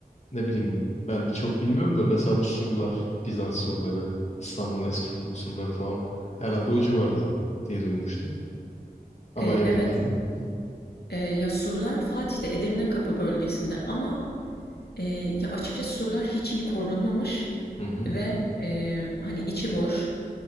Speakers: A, on the left; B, on the left.
A: ne bileyim ben çok bilmiyorum da mesela bu surlar, Bizans surları, İstanbul'un eski sur- surları falan herhalde o civarda diye duymuştum. Ama
B: Eee,
A: emin
B: evet.
A: değilim.
B: Eee, ya surlar Fatih'te, Edirne Kapı bölgesinde ama, eee, ya açıkçası surlar hiç iyi korunmamış
A: Hı hı.
B: ve, eee, hani içi boş,